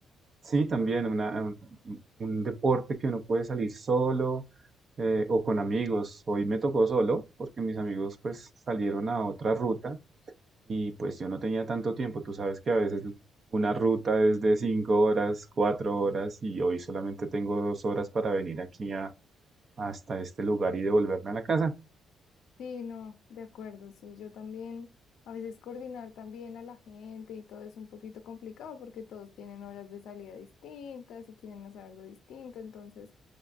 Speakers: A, on the right (about 45°); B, on the left (about 75°).
A: Sí, también una- un, un deporte que uno puede salir solo eh, o con amigos. Hoy me tocó solo porque mis amigos pues salieron a otra ruta Y pues yo no tenía tanto tiempo, tú sabes que a veces una ruta es de cinco horas, cuatro horas y hoy solamente tengo dos horas para venir aquí a, hasta este lugar y devolverme a la casa.
B: Sí, no, de acuerdo, sí, yo también, a veces coordinar también a la gente y todo es un poquito complicado porque todos tienen horas de salida distintas y quieren hacer algo distinto, entonces,